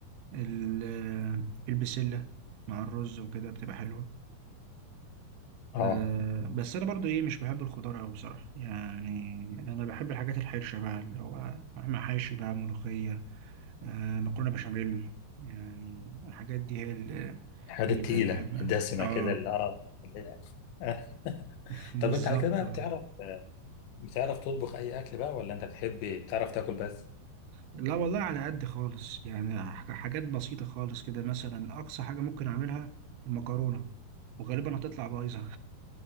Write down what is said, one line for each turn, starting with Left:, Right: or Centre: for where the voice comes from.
Right: ال- آه، البسلة مع الرز وكده بتبقى حلوة
Left: اه
Right: أه بس انا برضو ايه مش بحب الخضار اوي بصراحه يعني انا بحب الحاجات الحرشه بقى اللي هو مهما حاشي بقى ملوخيه أه مكرونه بشاميل يعني الحاجات دي هي اللي,
Left: الحاجات
Right: اللي
Left: التقيلة
Right: ب- بحبها
Left: الدسمة
Right: اه
Left: كده اللي اه اللي هي- <laughs>
Right: <laughs> بالظبط
Left: طب أنت على كده بقى
Right: آه.
Left: بتعرف بتعرف تطبخ أي أكل بقى ولا أنت بتحب بتعرف تاكل بس؟
Right: لا والله على قد خالص يعني ح- حاجات بسيطه خالص كده مثلا اقصى حاجه ممكن اعملها المكرونه وغالبا هتطلع بايظه